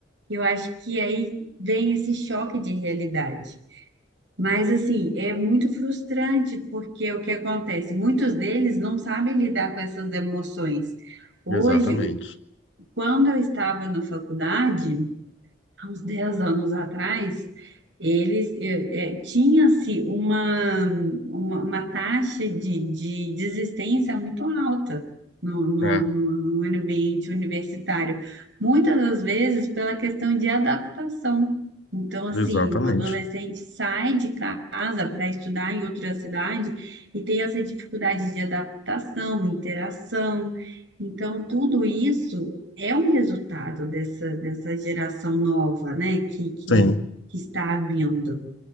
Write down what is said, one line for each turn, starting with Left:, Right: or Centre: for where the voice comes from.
Right: eu acho que aí vem esse choque de realidade. Mas assim, é muito frustrante porque o que acontece? Muitos deles não sabem lidar com essas emoções. Hoje,
Left: exatamente.
Right: quando eu estava na faculdade, há uns 10 anos atrás, eles eh, eh, tinha-se uma, uma, uma taxa de, de desistência muito alta no, no,
Left: É,
Right: no, no ambiente universitário, muitas das vezes pela questão de adaptação. Então, assim,
Left: exatamente.
Right: um adolescente sai de casa para estudar em outra cidade e tem essa dificuldade de adaptação, interação. Então, tudo isso é um resultado dessa, dessa geração nova, né, que, que,
Left: Sim,
Right: que está vindo.